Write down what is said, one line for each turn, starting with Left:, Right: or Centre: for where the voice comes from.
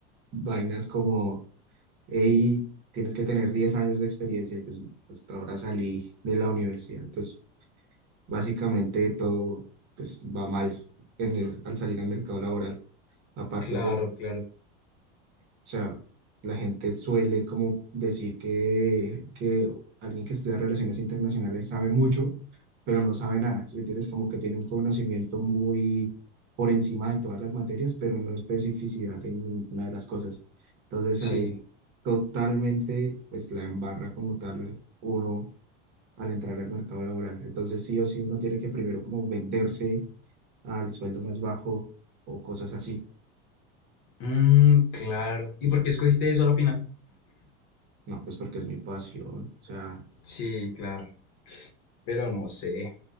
Right: vainas como y tienes que tener 10 años de experiencia y pues hasta ahora salí de la universidad. Entonces, básicamente todo pues va mal en el- al salir al mercado laboral. Aparte,
Left: Claro,
Right: pues
Left: claro,
Right: o sea, la gente suele como decir que, que alguien que estudia relaciones internacionales sabe mucho, pero no sabe nada. Si me entiendes, como que tiene un conocimiento muy por encima de todas las materias, pero no especificidad en ninguna de las cosas. Entonces
Left: sí.
Right: ahí totalmente pues la embarra como tal uno al entrar al mercado laboral. Entonces sí o sí uno tiene que primero como venderse al sueldo más bajo o cosas así.
Left: Mm, claro. ¿Y por qué escogiste eso a la final?
Right: No, pues porque es mi pasión. O sea...
Left: Sí, claro. Pero no sé.